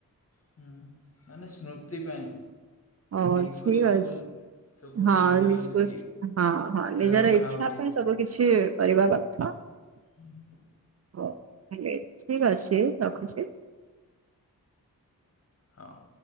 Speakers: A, on the left; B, on the right.
A: ହୁଁ ମାନେ ସ୍ମୃତି ପାଇଁ
B: ହଁ
A: ଦିଲକୁ
B: ଠିକ
A: ସୁକୁନ
B: ଅଛି।
A: ସୁକୁନ
B: ହଁ
A: ମିଳିବ
B: ନିସୁ
A: ବୋଲି
B: ହଁ ହଁ
A: ସେଇଟା
B: ନିଜର
A: ରଖାହେଉଛି
B: ଇଚ୍ଛା ପାଇଁ ସବୁ କିଛି କରିବା କଥା।
A: ହୁଁ।
B: ହ ହେଲେ ଠିକ ଅଛି ରଖୁଛି।
A: ହଁ।